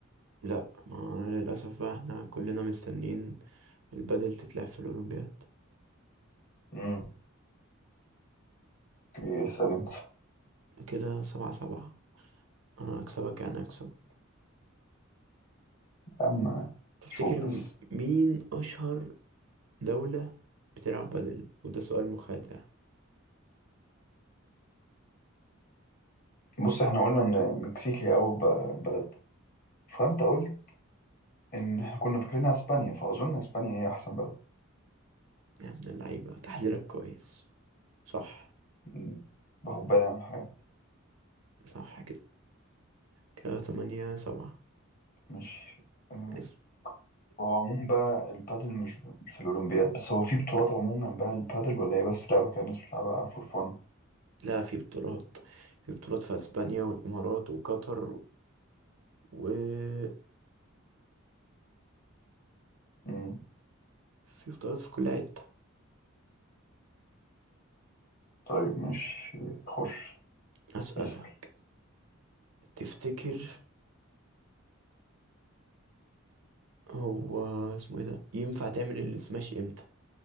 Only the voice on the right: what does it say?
لا ما للأسف بقى احنا كلنا مستنين البدل تتلعب في الأولمبياد
كده سبعة سبعة أنا هكسبك يعني هكسبك
تفتكر
م-
مين أشهر دولة بتلعب بدل وده سؤال مخادع
يا ابن اللعيبة تحليلك كويس صح
صح كده كده تمانية سبعة
ماشي.
لا في بطولات في بطولات في أسبانيا والإمارات وقطر والمكسيك
في بطولات في كل حتة
أسألك
تفتكر هو اسمه ايه ده ينفع تعمل السماش امتى